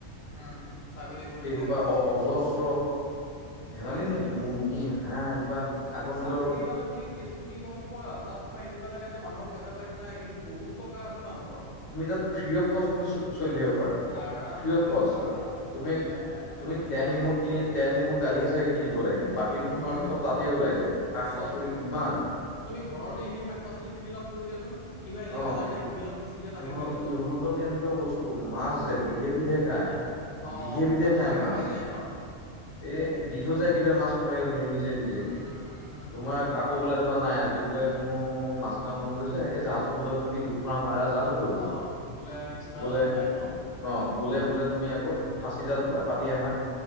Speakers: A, on the left; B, on the left.
A: উম ছাগলী গৰু এইবিলাক
B: এই সূপা
A: আছেই
B: অ অজস্ৰ। ধেমালি
A: সঁচা কথা
B: নেকি
A: বে
B: মুৰ্গী হাঁহ হোবা আকৌ
A: চাপৰি
B: সিহতৰ
A: মানে তুমি কেছটো কি কম পোৱা তোমাৰ এনেকুৱা লাগে যে মানুহৰ পইচা পাই নাই কিন্তু বহুত টকা আছে মানুহৰ।
B: তুমি তাত ফ্ৰী অফ কষ্ট তুমি চলি থাকিব পাৰা।
A: আৰামছে
B: <unintelligible>
A: চলি থাকিব আৰামছে কোনো কথাই নাই মানে
B: তুমি
A: মন
B: তেল
A: উম
B: নিমখ তেল নিমখ দালি হে চাগে কিনিব লাগিব। বাকী তোমাৰো
A: উম
B: চব তাতে ওলাই। যায়। শাক
A: চব
B: পাচলি কিমান
A: তুমি ঘৰতে এনেই শাক পাচলি খেতি অলপ কৰি দিয়াচোন। কিবা এনেই
B: অ
A: পেলাই দিয়া গুটি অলপ সিঁচি দিয়া
B: সিহত
A: তাকে হৈ যাব
B: সিহঁতৰ
A: ধৰ
B: কেনেকুৱা বস্তু মাছ যে বিধে বিধে। খাই
A: না অ
B: বিধে
A: অ
B: বিধে
A: তাতে
B: খায়
A: চাগে
B: মাছ।
A: পাই যায় ন
B: এ দিঠৈ যাই কেতিয়াবা মাছ মৰীয়া জনী এ তোমাৰ
A: উম উম
B: আকৌ বোলে ধৰা নাই আজি বোলে মোৰ মাছ খাম মন গৈছে
A: উম
B: <unintelligible>
A: অ বোলে কিবা
B: বোলে
A: এটা উঠাই আনো
B: অ বোলে বোলে তুমি আকৌ ফাঁচি জাল পাতি আহা।